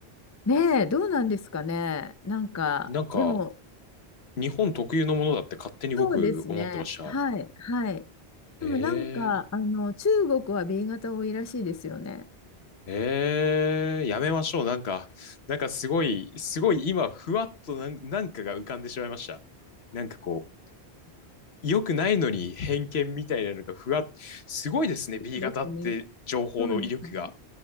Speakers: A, on the left (about 25°); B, on the left (about 70°).
A: ねえ、どうなんですかね。なんか、
B: なんか、
A: でも、
B: 日本特有のものだって勝手に僕思ってました。
A: そうですね。はい、はい。でもなんか、
B: ええ
A: あの、中国は B 型多いらしいですよね。
B: ええやめましょう。なんか、なんかすごい、すごい今、ふわっとなん、なんかが浮かんでしまいました。なんかこう、良くないのに偏見みたいなのがふわっ、すごいですね、B
A: そうですね。
B: 型って情報の威力が。
A: そうですね。